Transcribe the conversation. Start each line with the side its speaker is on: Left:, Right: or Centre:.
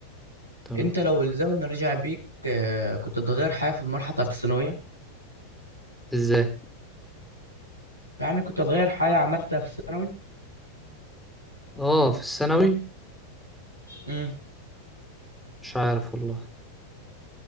Centre: تمام
Right: انت لو الزمن رجع بيك آه، كنت تغير حاجه في المرحله بتاعت الثانويه
Centre: ازاي
Right: يعني كنت تغير حاجه عملتها في الثانوي
Centre: اه في الثانوي
Right: امم
Centre: مش عارف والله